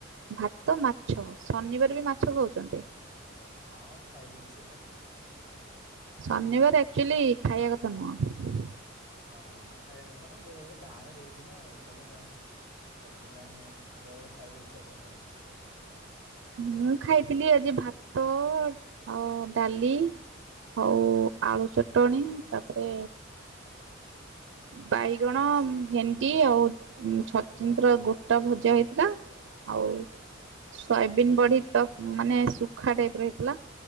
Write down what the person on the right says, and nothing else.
ଭାତ, ମାଛ ଶନିବାର
ବି ମାଛ ଖାଉଛନ୍ତି।
ଶନିବାର ଆକ୍ଚୁଅଲି ଖାଇବା କଥା ନୁହଁ।
ମୁଁ ଖାଇଥିଲି ଆଜି ଭାତ ଆଉ ଡାଲି। ଆଉ ଆଳୁ ଚଟଣୀ ତାପରେ ବାଇଗଣ,
ଭେଣ୍ଡି ଆଉ ଛଛିନ୍ତ୍ରା ଗୋଟା ଭ ଭଜା ହେଇଥିଲା ଆଉ ସୋୟାବିନ୍ ବଢି ତ ମାନେ ଶୁଖା ଟାଇପ ର ହେଇଥିଲା